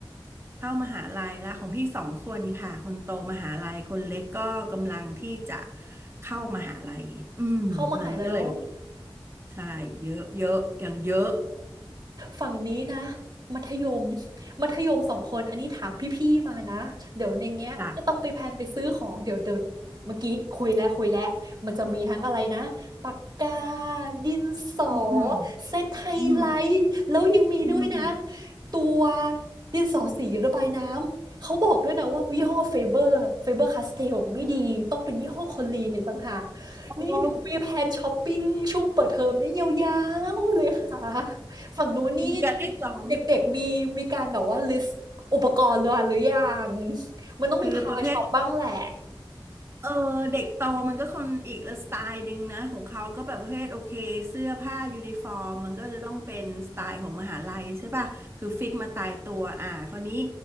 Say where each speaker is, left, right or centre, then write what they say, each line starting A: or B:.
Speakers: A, on the right (about 30°); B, on the right (about 50°).
A: เข้ามหาลัยและของพี่สองคนค่ะคนโตมหาลัยคนเล็กก็กำลังที่จะเข้ามหาลัยอืมมันก็เลย
B: เข้ามหาลัยเนาะ
A: ใช่เยอะเยอะอย่างเยอะ
B: ฝั่งนี้นะมัธยมมัธยมสองคนอันนี้ถามพี่ๆมานะเดี๋ยวอย่างเงี้ยก็ต้องไปแพลนไปซื้อของเดี๋ยวเดี๋ยว
A: <laughs> จ้ะ
B: เมื่อกี้คุยแล้วคุยแล้วมันจะมีทั้งอะไรนะปากกาดินสอ
A: อืม
B: เซตไฮไลท์แล้วยังมีด้วยนะ
A: อืมอืม
B: ตัวดินสอสีระบายน้ำเขาบอกด้วยนะว่ายี่ห้อเฟเบอร์เฟเบอร์คาสเทลไม่ดีต้องเป็นยี่ห้อคอลีนอีกต่างหาก
A: โอ้
B: นี่เดี๋ยวมีแพลนช้อปปิ้งช่วงเปิดเทอมนี่ยาวๆเลยค่ะ ฝั่งนู้นนี่
A: มีการได้กลอง
B: เด็กๆมีมีการแบบว่า list อุปกรณ์เรือหรือยังมันต้องมีพาราช็อปบ้างแหละ
A: คือประเภทเออเด็กโตมันก็คนอีกสไตล์หนึ่งนะของเขาก็แบบประเภทโอเคเสื้อผ้ายูนิฟอร์มมันก็จะต้องเป็นสไตล์ของมหาลัยใช่ป่ะคือฟิกมาตายตัวอ่าคราวนี้